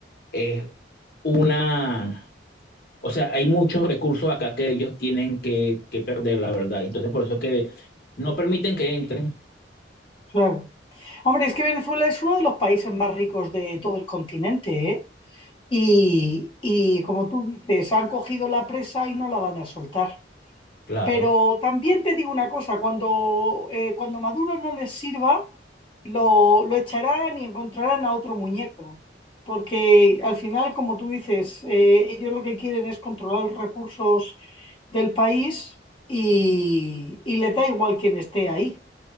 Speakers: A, on the left; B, on the left.
A: es una, o sea, hay muchos recursos acá que ellos tienen que, que perder, la verdad. Entonces, por eso es que no permiten que entren.
B: claro. Hombre, es que Venezuela es uno de los países más ricos de todo el continente, ¿eh? Y, y como tú dices, han cogido la presa y no la van a soltar.
A: Claro.
B: Pero también te digo una cosa, cuando, eh, cuando Maduro no les sirva, lo, lo echarán y encontrarán a otro muñeco. Porque al final, como tú dices, eh, ellos lo que quieren es controlar los recursos del país y, y les da igual quién esté ahí.